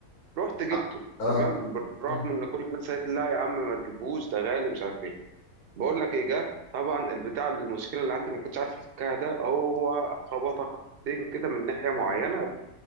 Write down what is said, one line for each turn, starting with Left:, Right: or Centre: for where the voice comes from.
Right: رحت جبته
Left: اه اه
Right: تمام بالرغم
Left: مم.
Right: ان كل الناس قالت لي لا يا عم ما تجيبهوش ده غالي مش عارف ايه بقول لك ايه جه طبعا البتاع المشكله اللي عندي اللي ما كنتش عارف افكها ده هو خبطه خبطتين كده من ناحيه معينه